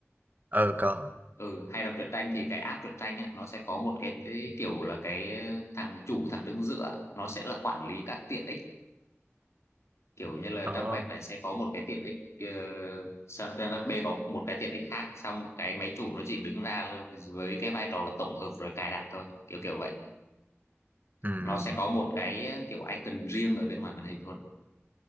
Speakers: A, on the right; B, on the left.
A: ờ có.
B: ừ hay đọc truyện tranh thì cái app truyện tranh á, nó sẽ có một cái, cái kiểu là cái thằng chủ thằng đứng giữa nó sẽ là quản lý các tiện ích kiểu như là
A: Ồ,
B: trang web này sẽ có một cái tiện ích ờ, sang trang web B có một cái tiện ích khác xong cái máy chủ nó chỉ đứng ra là- với cái vai trò là tổng hợp rồi cài đặt thôi kiểu kiểu vậy
A: ừm,
B: nó sẽ có một cái kiểu icon riêng ở bên ngoài màn hình luôn